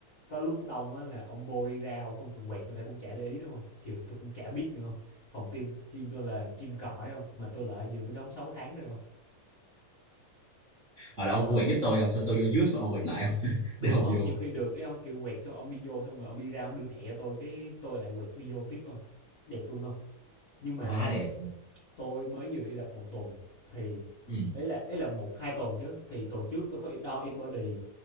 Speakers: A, on the left; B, on the right.
A: có lúc đông á là ông vô đi ra ông không cần quẹt người ta cũng chả để ý đúng không kiểu tôi cũng chả biết nữa không phòng tim chim tôi là chim cõi không mà tôi là vừa mới đóng 6 tháng rồi không
B: hoặc là ông quẹt giúp tôi ông xong tôi vô trước xong ông quẹt lại không
A: đúng
B: để ông
A: không
B: vô
A: nhiều khi được đấy không kiểu quẹt xong ông đi vô xong rồi ông đi ra ông đưa thẻ cho tôi cái tôi lại quẹt đi vô tiếp không đẹp luôn không nhưng mà
B: quá đẹp
A: tôi mới vừa đi tập một tuần thì
B: ừ.
A: ấy là ấy là một hai tuần chứ thì tuần trước tôi có đo in body